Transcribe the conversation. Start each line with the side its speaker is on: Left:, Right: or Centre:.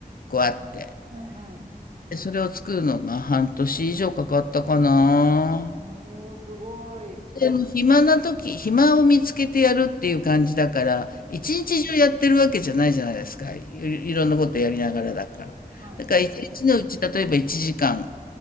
Left: こうあって、
Right: はいはい。
Left: でそれを作るのが半年以上かかったかな。
Right: おー、すごい。
Left: でも暇な時、暇を見つけてやるっていう感じだから、一日中やってるわけじゃないじゃないですか。
Right: うん。
Left: い、いろんなことやりながらだから。
Right: はい。
Left: だから一日のうち、例えば1時間